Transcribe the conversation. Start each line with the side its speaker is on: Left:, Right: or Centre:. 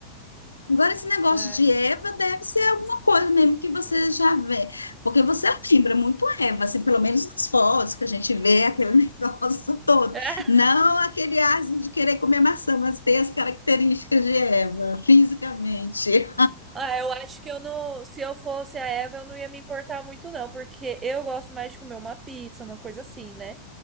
Left: Agora, esse negócio
Right: Ai.
Left: de Eva deve ser alguma coisa mesmo que você já vê. Porque você lembra muito Eva, assim, pelo menos nas fotos que a gente vê, aquele <laughs> negócio todo.
Right: <laughs>
Left: Não aquele asno de querer comer maçã, mas tem as características de Eva, fisicamente.
Right: Ah, eu acho que eu não. Se eu fosse a Eva, eu não ia me importar muito, não, porque eu gosto mais de comer uma pizza, uma coisa assim, né?